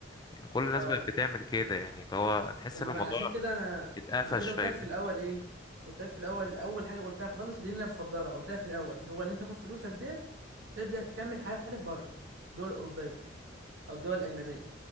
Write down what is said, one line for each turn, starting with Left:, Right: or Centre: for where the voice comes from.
Left: يعني كل الناس
Right: اه
Left: بقت بتعمل كده يعني اللي هو تحس
Right: طب ما
Left: إن الموضوع
Right: انا عشان كده انا
Left: اتقفش
Right: انا كده قلت
Left: فاهمني
Right: لك في الاول ايه قلت لك في الاول اول حاجه قلتها خالص ودي اللي انا بفضلها قلتها في الاول هو اللي انت تاخد فلوسك ديت تبدا تكمل حياتك بره الدول الاوروبيه او الدول الاجنبيه